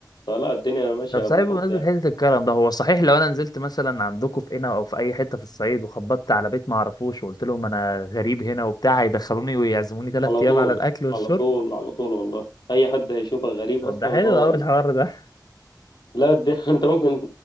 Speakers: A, on the left; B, on the left.
A: فلا الدنيا ماشيه
B: طب صحيح
A: بالحب
B: بمناسبة
A: يعني
B: حتة الكرم ده هو صحيح لو أنا نزلت مثلا عندكم في قنا أو في أي حتة في الصعيد وخبطت على بيت ما أعرفوش وقلت لهم أنا غريب هنا وبتاع هيدخلوني ويعزموني تلات
A: على
B: أيام
A: طول
B: على الأكل والشرب
A: على طول على طول والله اي حد هيشوفك غريب
B: طب
A: اصلا
B: ده حلو
A: هو
B: أوي
A: ال...
B: الحوار ده
A: لا الد... <laughs> انت ممكن